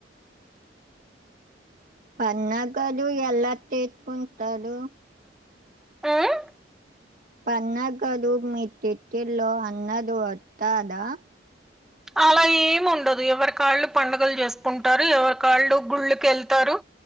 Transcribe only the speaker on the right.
పన్నగలు ఎలా చేసుకుంటారు
పన్నగలు మీ తిటిలో అన్నదు వత్తాదా